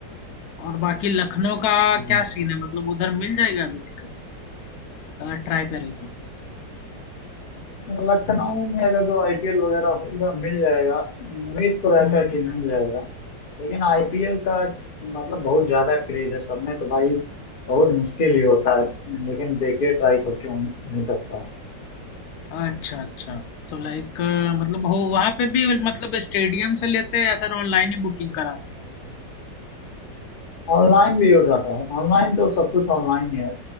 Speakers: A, on the left; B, on the left.
A: और बाकी लखनऊ का
B: हम्म।
A: क्या सीन है मतलब उधर मिल जाएगा अभी टिकट अगर ट्राई करें तो
B: लखनऊ में अगर जो आईपीएल वगैरह होगा मिल जाएगा उम्मीद तो रहता
A: हम्म
B: है कि मिल जाएगा लेकिन आईपीएल का मतलब बहुत ज्यादा क्रेज है सब में तो भाई बहुत मुश्किल ही होता है लेकिन देखिए ट्राई कर क्यों नहीं सकता
A: अच्छा अच्छा तो लाइक मतलब हो वहां पे भी मतलब स्टेडियम से लेते हैं या फिर ऑनलाइन ही बुकिंग कराते हैं
B: ऑनलाइन भी हो जाता है ऑनलाइन तो सब कुछ ऑनलाइन ही है